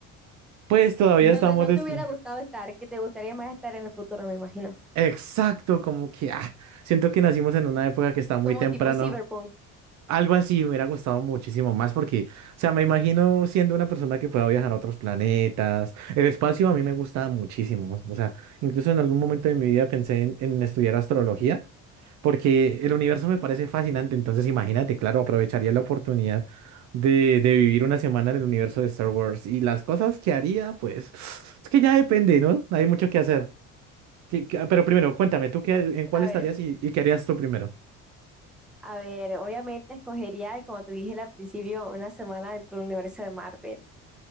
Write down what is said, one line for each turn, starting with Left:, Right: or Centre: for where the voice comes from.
Right: pues, todavía
Centre: Donde
Right: estamos...
Centre: no
Right: des-
Centre: te hubiera gustado estar, que te gustaría más estar en el futuro, me imagino.
Right: Exacto, como que ah, siento que nacimos en una época que está muy
Centre: Como
Right: temprano.
Centre: tipo cyberpunk.
Right: Algo así me hubiera gustado muchísimo más porque, o sea, me imagino siendo una persona que pueda viajar a otros planetas. El espacio a mí me gusta muchísimo. O sea, incluso en algún momento de mi vida pensé en, en estudiar astrología porque el universo me parece fascinante. Entonces, imagínate, claro, aprovecharía la oportunidad de, de vivir una semana en el universo de Star Wars y las cosas que haría, pues, <sniffs> es que ya depende, ¿no? Hay mucho que hacer. que qué- pero primero, cuéntame, ¿tú qué, en cuál
Centre: A
Right: estarías
Centre: ver,
Right: y, y qué harías tú primero?
Centre: a ver, obviamente escogería, como te dije al principio, una semana dentro del universo de Marvel.